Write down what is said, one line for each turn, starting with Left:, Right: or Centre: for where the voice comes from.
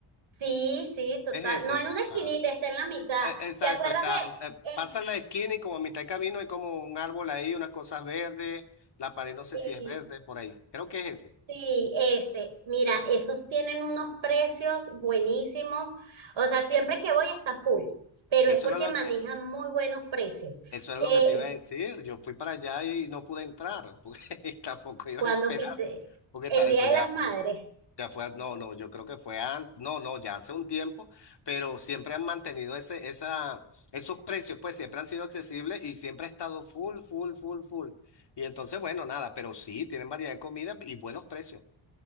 Right: Sí, sí, total.
Left: Es ese.
Right: No en una esquinita,
Left: Ah.
Right: está en la mitad.
Left: Eh, Exacto,
Right: ¿Te acuerdas
Left: está,
Right: de...?
Left: eh,
Right: eh,
Left: pasan la esquina y como a mitad de camino hay como un árbol ahí, unas cosas verdes, la pared no sé
Right: eh,
Left: si es verde por ahí, creo que es ese.
Right: sí, ese. Mira, esos tienen unos precios buenísimos. O sea, siempre que voy está full, pero
Left: Eso
Right: es porque
Left: era lo
Right: manejan
Left: que, eh,
Right: muy buenos precios.
Left: eso era
Right: Eh,
Left: lo que te iba a decir, yo fui para allá y no pude entrar, porque <laughs> tampoco iba
Right: cuando
Left: a esperar,
Right: fuiste,
Left: porque
Right: el
Left: ta- eso
Right: Día
Left: ya
Right: de las
Left: fue,
Right: Madres.
Left: ya fue, no, no, yo creo que fue antes, no, no, ya hace un tiempo, pero siempre han mantenido ese, esa, esos precios, pues siempre han sido accesibles y siempre ha estado full, full, full, full. Y entonces, bueno, nada, pero sí, tienen variedad de comida y buenos precios.